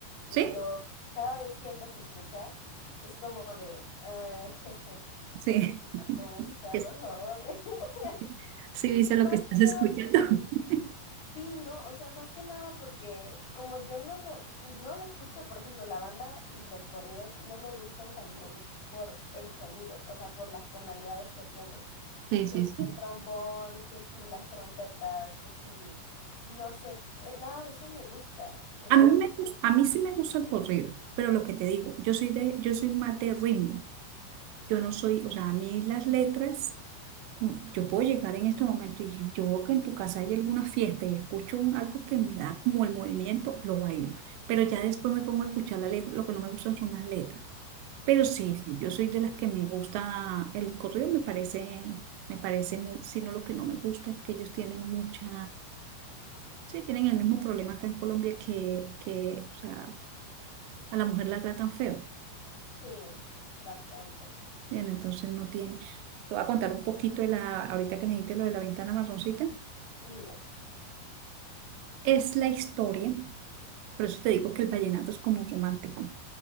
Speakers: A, on the left (about 55°); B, on the right (about 80°).
A: y
B: Sí,
A: yo cada vez que él los escucha es como de, "Ah, <laughs>
B: sí.
A: puedes quitar
B: <laughs>
A: tu música, por
B: Es-
A: favor. <laughs>
B: Sí sí dice
A: Más
B: lo que estás
A: que nada
B: escuchando.
A: porque
B: <laughs>
A: Sí, no, o sea, más que nada porque como yo no lo, no lo escucho, por ejemplo, la banda y los corridos no me gustan también por el sonido, o sea, por las tonalidades que tiene,
B: Sí,
A: que
B: sí,
A: si
B: sí.
A: el trombón, que si las trompetas, que si, no sé, eh, nada de eso me gusta, entonces,
B: A mí me gus- a mí sí me gusta el corrido, pero lo que te digo, yo soy de, yo soy más de ritmo. Yo no soy, o sea, a mí las letras, mm, yo puedo llegar en este momento y yo veo que en tu casa hay alguna fiesta y escucho un- algo que me da como el movimiento, lo bailo. Pero ya después me pongo a escuchar la letra, lo que no me gustan son las letras. Pero sí, sí, yo soy de las que me gusta, el corrido me parece, me parece muy, sino lo que no me gusta es que ellos tienen mucha, sí, tienen el mismo problema acá en Colombia que, que, o sea, a la mujer la tratan feo.
A: sí, bastante.
B: Bien, entonces no tiene. Te voy a contar un poquito de la, ahorita que me dijiste lo de la ventana marroncita.
A: Dime,
B: Es la historia, por eso te digo que el vallenato es como romántico.